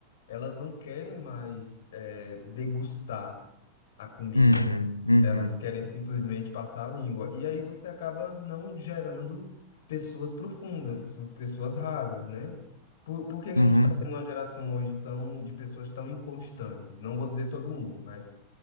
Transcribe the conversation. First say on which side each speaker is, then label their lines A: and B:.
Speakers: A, on the left (about 55°); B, on the left (about 85°).
A: Elas não querem mais é, degustar a comida.
B: Uhum. Uhum.
A: Elas querem simplesmente passar a língua. E aí você acaba não gerando pessoas profundas, pessoas rasas, né? Por, por que que
B: Uhum.
A: a gente está tendo uma geração hoje tão, de pessoas tão inconstantes? Não vou dizer todo mundo, mas